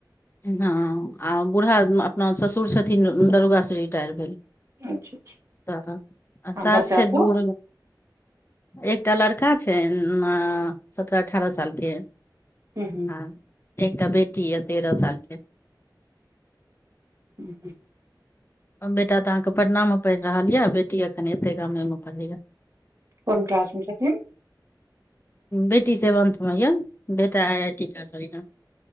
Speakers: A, on the left (about 30°); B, on the right (about 45°).
A: हँ आ बूढ़ा अपना ससुर छथिन दरोगास से रिटायर भेल
B: अच्छा अच्छा
A: तऽ आ सास
B: बच्चा
A: छै
B: सब
A: बूढ़ एकटा लड़का छनि अ सत्रह अठारह साल के
B: हू ह
A: ह एकटा बेटी यऽ तेरह साल के
B: हूँ
A: बेटा तऽ अहाँके पटनामे पढ़ि रहल यऽ बेटी एखन एते गामे पढ़ैय
B: कोन क्लास मे छथिन
A: बेटी सेवन्थ मे यऽ बेटा आइ आइ टी की कर